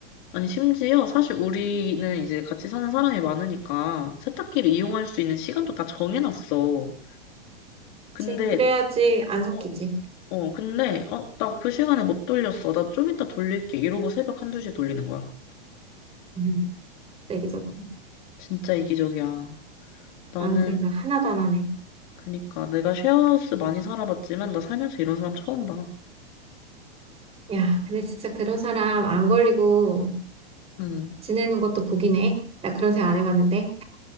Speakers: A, on the left; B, on the right.
A: 아니, 심지어 사실 우리는 이제 같이 사는 사람이 많으니까 세탁기를 이용할 수 있는 시간도 다 정해놨어. 근데,
B: 그치. 그래야지 안 섞이지.
A: 어, 어, 근데, 어, 나 그 시간에 못 돌렸어. 나 좀 이따 돌릴게. 이러고 새벽 한두 시에 돌리는 거야.
B: 음, 내 기적이다.
A: 진짜 이기적이야. 나는,
B: 남의 생각 하나도 안 하네.
A: 그니까, 내가 쉐어하우스 많이 살아봤지만, 나 살면서 이런 사람 처음 봐.
B: 야, 근데 진짜 그런 사람 안 걸리고
A: 응.
B: 지내는 것도 복이네. 나 그런 생각 안 해봤는데.